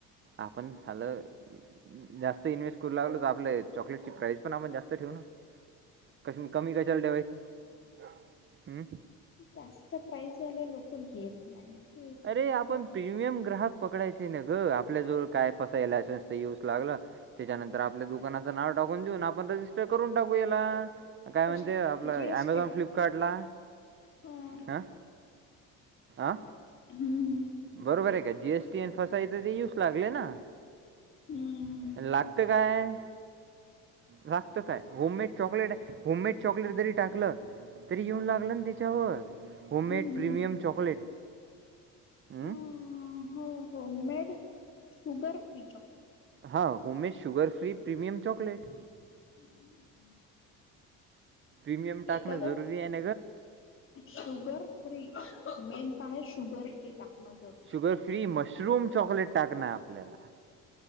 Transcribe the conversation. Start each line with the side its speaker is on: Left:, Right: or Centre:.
Right: आपण खालं जास्त इन्व्हेस्ट करू लागलो, तर आपल्या चॉकलेटची प्राइज पण आपण जास्त ठेवू ना. कश म कमी कशाला ठेवायची? हम्म.
Left: जास्त प्राईज वाले लोकं घेत नाहीत.
Right: अरे आपण प्रीमियम ग्राहक पकडायचे ना ग, आपल्या जवळ काय फसाय लायसन्स येऊच लागलं. त्याच्यानंतर आपल्या दुकानाचं नाव टाकून देऊन, आणि आपण रजिस्टर करून टाकू याला. काय
Left: कशाला
Right: म्हणते, आपलं
Left: जी एस
Right: अमेझॉन
Left: टी
Right: फ्लिप काटला,
Left: हां
Right: हा अ
Left: हम्म, हम्म,
Right: बरोबर आहे का, जी. एस. टी आणि फसाई तर ते येऊस लागले ना.
Left: हम्म,
Right: लागतं काय? लागतं काय, होममेड चॉकलेट, होममेड चॉकलेट जरी टाकलं तरी येऊन लागलं ना तीच्यावर, होममेड
Left: हम्म.
Right: Premium chocolate. हं?
Left: अं, हो हो, मेड शुगर फ्री चॉकलेट.
Right: हां, होमे sugar free premium chocolate.
Left: <unintelligible> <inaudible>
Right: Premium टाकणं
Left: कारण
Right: जरुरी येन
Left: शुगर फ्री मेन पहाय शुगर फ्री टाकणं जरुरी
Right: शुगर फ्री मशरूम चॉकलेट टाकणाय आपल्याला.